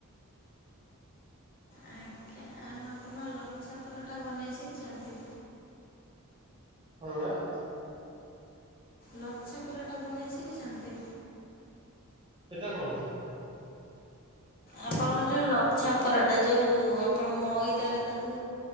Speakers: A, on the left (about 40°); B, on the right (about 25°).
A: ଆଜ୍ଞା ଆଉ ଆପଣ ଲଛାପରଟା ବନେଇ ଶିଖିଛନ୍ତି?
B: <unintelligible>
A: ଲଛା ପରଟା ବନେଇ ଶିଖିଛନ୍ତି?
B: ସେଟା କଣ?
A: ଆପଣଙ୍କ ଯେଉଁ ଲଛା ପରାଟା ଯେଉଁ ଆପଣ ମଇଦାରେ ତାକୁ